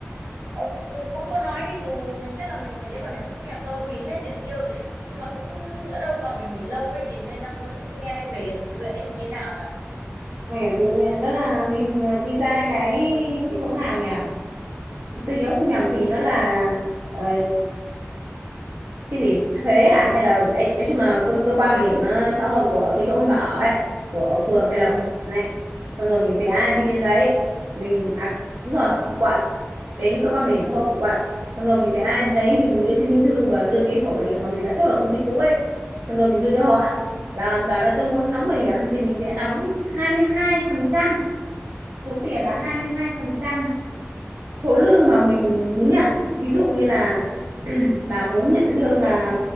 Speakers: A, on the right (about 75°); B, on the right (about 60°).
A: ờ, ừ, cũng có nói đi dù mình chắc là mình phải lấy bảo hiểm thất nghiệp thôi vì hết tiền tiêu rồi ấy. nhưng mà cũng ở đâu mà mình nghỉ lâu ấy thì nên đang muốn xin nghe đem bảo hiểm tự nguyện ấy như thế nào nhỉ
B: bảo hiểm tự nguyện đó là mình ờ, đi ra cái cái chỗ nào nhỉ tôi nhớ không nhầm thì nó là ờ, cái gì thuế à hay là đấy nói chung là cơ, cơ quan bảo hiểm ờ, xã hội của cái chỗ ông bảo ấy của phường hay
A: ờ
B: là của quận này xong rồi mình sẽ đi đến đấy mình à, đúng rồi của quận đến cơ quan bảo hiểm xã hội của quận xong rồi mình sẽ đến đấy mình đưa chứng minh thư và đưa cái sổ bảo hiểm mà mình đã chốt ở công ty cũ ấy xong rồi mình đưa cho họ là bảo là tôi muốn đóng bảo hiểm thì mình sẽ đóng hai mươi hai phần trăm số tiền là 22 phần trăm số lương mà mình muốn nhận ví dụ như là <clears throat> bà muốn nhận lương là